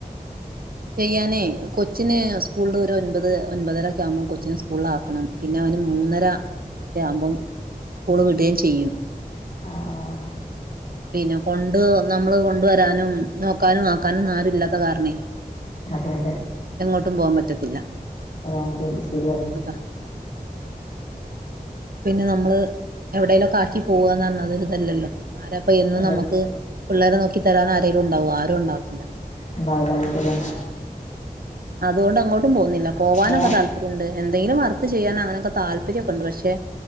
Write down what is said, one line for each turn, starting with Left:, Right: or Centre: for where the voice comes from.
Right: ചെയ്യാനേ കൊച്ചിന് സ്കൂളില് ഒരു ഒൻപത് ഒൻപതര ഒക്കെ ആകുമ്പോം കൊച്ചിനെ സ്കൂളിൽ ആക്കണം പിന്നെ അവന് മൂന്നര ഒക്കെ ആകുമ്പോ സ്കൂള് വിടേം ചെയ്യും
Left: ആഹ്
Right: ഇതിനെ കൊണ്ട് നമ്മള് കൊണ്ടുവരാനും നോക്കാനും ആക്കാനും ഒന്നും ആരും ഇല്ലാത്ത കാരണേ
Left: അതെ അതെ
Right: എങ്ങോട്ടും പോവാൻ പറ്റത്തില്ല
Left: ആ അത് ശെരിയാണ്
Right: അതാ പിന്നെ നമ്മള് എവിടേലൊക്കെ ആക്കി പോവാന്നറഞ്ഞ അതൊരു ഇതല്ലല്ലോ ആരപ്പൊ എന്നും
Left: അതെ
Right: നന്മക്ക് പിള്ളേരെ നോക്കി തരാൻ ആരേങ്കിലും ഉണ്ടാവോ ആരും ഉണ്ടാവത്തില്ല
Left: ഇണ്ടാവൂല അത് ശെരിയാണ്
Right: അതുകൊണ്ട് എങ്ങോട്ടും പോകുന്നില്ല പോകാനൊക്കെ
Left: ഏഹ്
Right: താല്പര്യം ഉണ്ട് എന്തെങ്കിലും വർക്ക് ചെയ്യാൻ അങ്ങനെയൊക്കെ താല്പര്യൊക്കെ ഉണ്ട് പക്ഷെ